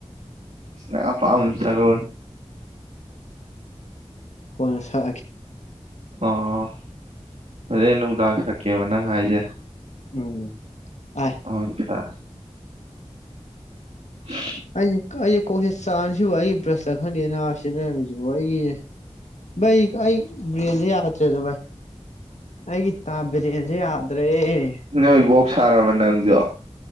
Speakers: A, on the right; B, on the left.
A: ꯁꯉ ꯄꯝ ꯆꯔꯣꯟ
B: ꯀꯣꯏꯅꯁꯤ ꯊ
A: ꯑꯥ ꯑꯗꯨꯅꯅꯨꯡꯗ ꯀꯦꯕ ꯅꯪ ꯍꯥꯏꯁꯦ
B: ꯎꯝ ꯑꯥꯏ
A: ꯑꯗ ꯍ
B: ꯑꯩꯁ ꯑꯩꯁꯦ ꯀꯣꯛꯁꯦ ꯆꯥꯁꯤꯕꯨ ꯑꯩꯒꯤ ꯕ꯭ꯔꯁꯇ ꯈꯪꯗꯦ ꯑꯅꯥ ꯁꯤꯖꯤꯟꯅꯔꯝꯃꯤꯁꯤꯕ ꯑꯩꯒꯤ ꯚꯩ ꯑꯩ ꯕ꯭ꯔꯦꯟꯁꯦ ꯌꯥꯗ꯭ꯔꯦꯗ ꯚꯥꯏ ꯑꯩꯒꯤ ꯕ꯭ꯔꯦꯟꯁꯦ ꯌꯥꯗ꯭ꯔꯦ ꯑꯩꯈꯣꯏꯕꯧꯗꯤ
A: ꯅ ꯑꯣꯏꯕꯣꯛ ꯁꯥꯔꯕ ꯅꯪꯗꯣ